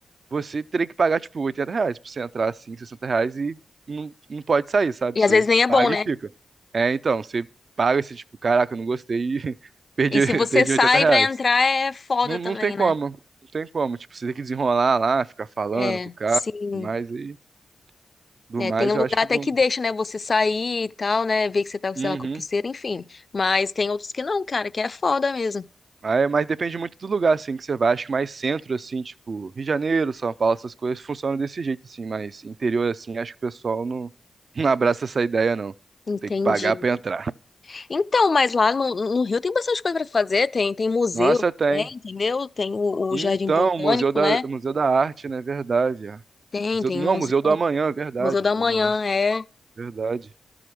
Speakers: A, on the right; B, on the left.
A: você teria que pagar, tipo, 80 reais pra você entrar, assim, 60 reais e não, não pode sair, sabe?
B: E
A: Você
B: às vezes nem é bom,
A: paga
B: né?
A: e fica. É, então, você paga esse tipo, caraca, eu não gostei e <laughs> perdi,
B: E se
A: <laughs>
B: você
A: perdi
B: sai
A: 80 reais.
B: pra entrar, é foda
A: Não, não
B: também,
A: tem como,
B: né?
A: não tem como. Tipo, você tem que desenrolar lá, ficar falando
B: É,
A: com o cara,
B: sim.
A: tudo mais, e do
B: É,
A: mais
B: tem um
A: eu
B: lugar
A: acho que
B: até
A: não.
B: que deixa, né, você sair e tal, né, ver que você tá, sei
A: Uhum.
B: lá, com a pulseira, enfim. Mas tem outros que não, cara, que é foda mesmo.
A: Aí, mas depende muito do lugar, assim, que você vai. Acho que mais centro, assim, tipo, Rio de Janeiro, São Paulo, essas coisas funcionam desse jeito, assim. Mas interior, assim, acho que o pessoal não, <laughs> não abraça essa ideia, não.
B: Entendi.
A: Tem que pagar pra entrar.
B: Então, mas lá no, no Rio tem bastante coisa pra fazer, tem, tem museu
A: Nossa, tem.
B: também, entendeu? Tem o,
A: Então,
B: o Jardim Botânico,
A: Museu da,
B: né?
A: Museu da Arte, né? Verdade. é.
B: Tem,
A: Museu,
B: tem
A: não,
B: o museu,
A: Museu do Amanhã, verdade.
B: Museu da
A: Do
B: Manhã,
A: Amanhã,
B: é.
A: verdade.